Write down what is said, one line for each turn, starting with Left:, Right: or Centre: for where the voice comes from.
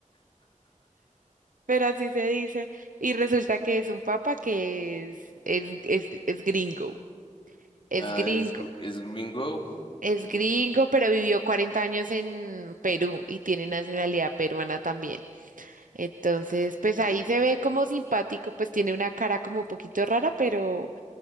Right: pero así se dice. Y resulta que es un papa que es, es, es, es gringo, es
Left: Ah,
Right: gringo,
Left: es, gr- es gringo.
Right: es gringo, pero vivió 40 años en Perú y tiene nacionalidad peruana también. Entonces, pues ahí
Left: Mm.
Right: se ve como simpático, pues tiene una cara como un poquito rara, pero